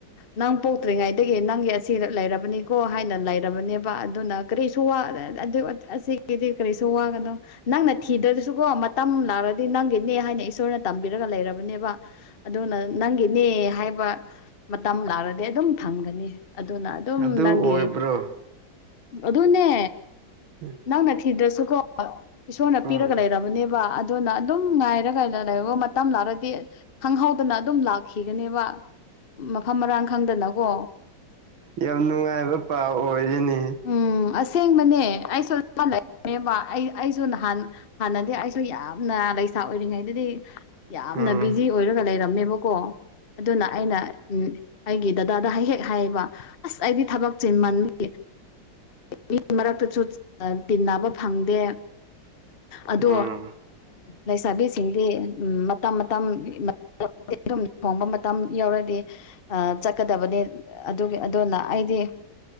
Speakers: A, on the left; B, on the right.
A: ꯅꯪ ꯄꯣꯛꯇ꯭ꯔꯤꯉꯩꯗꯒꯤ ꯅꯪꯒꯤ ꯑꯁꯤ ꯂꯩꯔꯕꯅꯤꯀꯣ ꯍꯥꯏꯅ ꯂꯩꯔꯕꯅꯦꯕ ꯑꯗꯨꯅ ꯀꯔꯤꯁꯨ ꯋꯥ ꯑꯗꯨ ꯑꯁꯤꯒꯤꯗꯤ ꯀꯔꯤꯁꯨ ꯋꯥꯒꯅꯣ ꯅꯪꯅ ꯊꯤꯗ꯭ꯔꯥꯁꯨꯀꯣ ꯃꯇꯝ ꯂꯥꯛꯂꯗꯤ ꯅꯪꯒꯤꯅꯦ ꯍꯥꯏꯅ ꯏꯁꯣꯔꯅ ꯇꯝꯕꯤꯔꯒ ꯂꯩꯔꯕꯅꯦꯕ ꯑꯗꯨꯅ ꯅꯪꯒꯤꯅꯦ ꯍꯥꯏꯕ ꯃꯇꯝ ꯂꯥꯛꯔꯥꯗꯤ ꯑꯗꯨꯝ ꯐꯪꯒꯅꯤ ꯑꯗꯨꯅ ꯑꯗꯨꯝ
B: ꯑꯗꯨ
A: ꯅꯪꯒꯤ
B: ꯑꯣꯏꯕ꯭ꯔꯣ
A: ꯑꯗꯨꯅꯦ
B: ꯎꯝ
A: ꯅꯪꯅ ꯊꯤꯗ꯭ꯔꯥꯁꯨꯀꯣ ꯏꯁꯣꯔꯅ
B: ꯎꯝ
A: ꯄꯤꯔꯒ ꯂꯩꯔꯕꯅꯦꯕ ꯑꯗꯨꯅ ꯑꯗꯨꯝ ꯉꯥꯏꯔꯒ <unintelligible> ꯂꯩ ꯃꯇꯝ ꯂꯥꯔꯗꯤ ꯈꯪꯍꯧꯗꯅ ꯑꯗꯨꯝ ꯂꯥꯛꯈꯤꯒꯅꯦꯕ ꯃꯐꯝ ꯃꯔꯥꯡ ꯈꯪꯗꯅꯀꯣ
B: ꯌꯥꯝ ꯅꯨꯡꯉꯥꯏꯕ ꯄꯥꯎ ꯑꯣꯏꯔꯦꯅꯤ
A: ꯎꯝ ꯑꯁꯦꯡꯕꯅꯦ ꯑꯩꯁꯨ ꯂꯩꯅꯦꯕ ꯑꯩ ꯑꯩꯁꯨ ꯅꯍꯥꯟ ꯍꯥꯟꯅꯗꯤ ꯑꯩꯁꯨ ꯌꯥꯝꯅ ꯂꯩꯁꯥ ꯑꯣꯏꯔꯤꯉꯩꯗꯗꯤ ꯌꯥꯝꯅ
B: ꯎꯝ
A: ꯕꯤꯖꯤ ꯑꯣꯏꯔꯒ ꯂꯩꯔꯝꯃꯦꯕꯀꯣ ꯑꯗꯨꯅ ꯑꯩꯅ ꯎꯝ ꯑꯩꯒꯤ ꯗꯗꯥꯗ ꯍ ꯍꯦꯛ ꯍꯥꯏꯌꯦꯕ ꯑꯁ ꯑꯩꯗꯤ ꯊꯕꯛ ꯆꯦꯃꯟꯕꯒꯤ ꯃꯤ ꯃꯔꯛꯇꯁꯨ ꯇꯤꯟꯅꯕ ꯐꯪꯗꯦ
B: ꯎꯝ
A: ꯑꯗꯣ ꯂꯩꯁꯥꯕꯤꯁꯤꯡꯗꯤ ꯎꯝ ꯃꯇꯝ ꯃꯇꯝ ꯑꯗꯨꯝ ꯊꯣꯡꯕ ꯃꯇꯝ ꯌꯥꯎꯔꯗꯤ ꯑꯥ ꯆꯠꯀꯗꯕꯅꯤ ꯑꯗꯨꯒꯤ ꯑꯗꯨꯅ ꯑꯩꯗꯤ